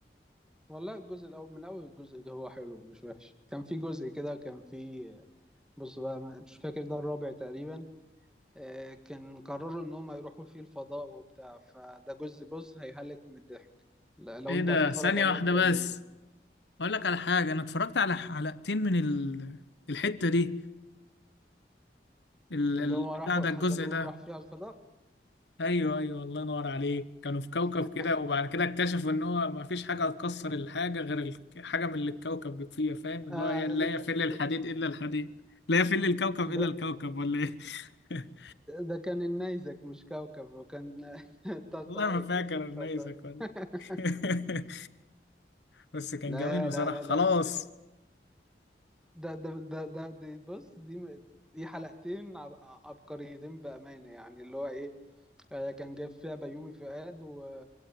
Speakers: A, in the centre; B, on the left.
A: والله الجزء الاول من اول الجزء ده هو حلو مش وحش كان في جزء كده كان في آه، بص بقى ما- مش فاكر ده الرابع تقريبا آه كان قرروا ان هم يروحوا فيه الفضاء وبتاع فده جزء بص هيهلك من الضحك لا- لو
B: ايه
A: انت
B: ده
A: عايز تتفرج
B: ثانية
A: عليه
B: واحدة
A: ابدأ
B: بس
A: بيه مثلا.
B: اقول لك على حاجه انا اتفرجت على حلقتين من ال... الحته دي ال... ال-
A: اللي هم راحوا
B: بتاع ده الجزء
A: حزلقوم
B: ده
A: راح فيها الفضاء
B: ايوه ايوه الله ينور عليك كانوا في كوكب
A: <laughs>
B: كده وبعد كده اكتشفوا ان هو ما فيش حاجه هتكسر الحاجه غير الك- حاجه من اللي الكوكب بيبقى فيها فاهم اللي
A: آه
B: هو هي- لا يفل الحديد
A: ده,
B: الا الحديد لا يفل الكوكب
A: ده,
B: الا الكوكب
A: ده
B: ولا ايه <laughs>
A: ده كان النيزك مش كوكب وكان <laughs> طرطرايق
B: والله ما فاكر
A: اسمه طرطرايق
B: نيسك ولا
A: <laughs>
B: <laughs> بس كان
A: لا
B: جميل بصراحه
A: لا لا
B: خلاص
A: ده ده ده ده, ده دي بص دي دي حلقتين عب- عبقريتين بأمانة يعني اللي هو إيه آه، كان جايب فيها بيومي فؤاد و